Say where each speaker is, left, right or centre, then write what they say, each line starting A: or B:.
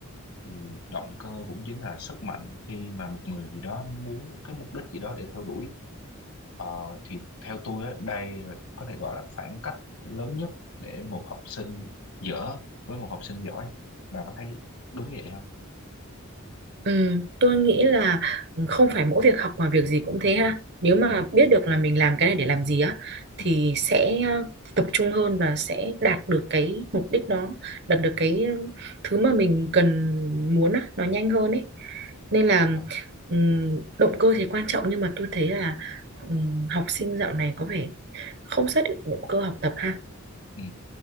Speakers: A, on the left; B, on the right.
A: Thì động cơ cũng chính là sức mạnh khi mà một người gì đó muốn cái mục đích gì đó để theo đuổi Ờ, thì theo tôi á, đây là có thể gọi là khoảng cách lớn nhất để một học sinh dở với một học sinh giỏi. Bà có thấy đúng vậy không?
B: Ừ, tôi nghĩ là không phải mỗi việc học mà việc gì cũng thế ha. Nếu mà
A: Ừ,
B: biết được là mình làm cái này để làm gì á,
A: ừ,
B: thì sẽ ờ, tập trung hơn và sẽ đạt được cái mục đích đó, đạt được cái ờ, thứ mà mình cần muốn á, nó nhanh hơn ấy. Nên là
A: đúng rồi.
B: ừm, động cơ thì quan trọng nhưng mà tôi thấy là ừm, học sinh dạo này có vẻ không xác định động cơ học tập ha
A: Ừ.